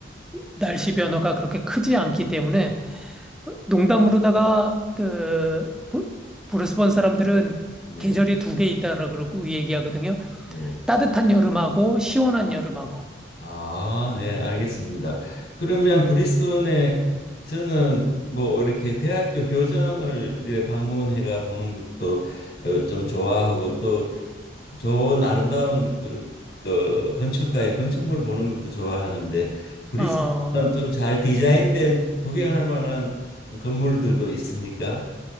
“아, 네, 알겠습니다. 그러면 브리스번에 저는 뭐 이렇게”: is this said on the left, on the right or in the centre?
Left